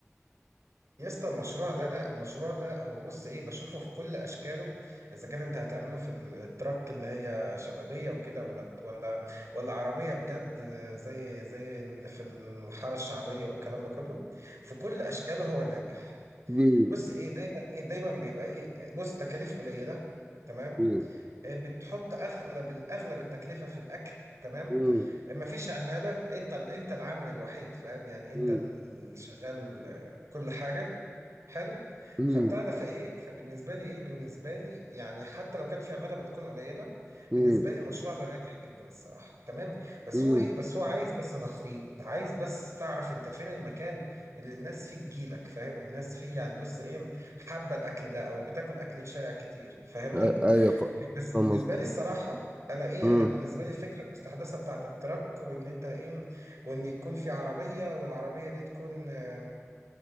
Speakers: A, on the right; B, on the right.
A: يا اسطى المشروع ده المشروع ده هو بص ايه بشوفه في كل اشكاله اذا كان انت هتعمله في التراك اللي هي شبابية وكده ولا ولا ولا عربية بجد زي زي اللي في الحارة الشعبية والكلام ده كله في كل اشكاله هو ناجح
B: مم.
A: بص ايه دايما ايه دايما بيبقى ايه بص تكاليف قليلة تمام
B: مم.
A: آه، بتحط اغلب الاغلب التكلفه في الاكل تمام
B: مم.
A: مم. مفيش عماله انت ال- انت العامل الوحيد فاهم يعني انت
B: مم.
A: اللي شغال كل حاجه حلو
B: مم.
A: فبتاع ده فايه فبالنسبه لي ايه بالنسبه لي يعني حتى لو كان في عماله بتكون قليله
B: مم.
A: بالنسبه لي المشروع ده ناجح جدا الصراحه تمام بس
B: مم.
A: هو ايه بس هو عايز بس تخطيط عايز بس تعرف انت فين المكان اللي الناس فيه تجيلك فاهم الناس فيه يعني بص ايه حابه الاكل ده او بتاكل اكل الشارع كتير فاهمني
B: أ- ايوه ف-
A: بس
B: فاهم
A: بالنسبه
B: قصدي
A: لي الصراحه انا ايه
B: مم.
A: انا بالنسبه لي الفكره المستحدثه بتاعت التراك وان انت ايه وان يكون في عربيه والعربيه دي تكون آه،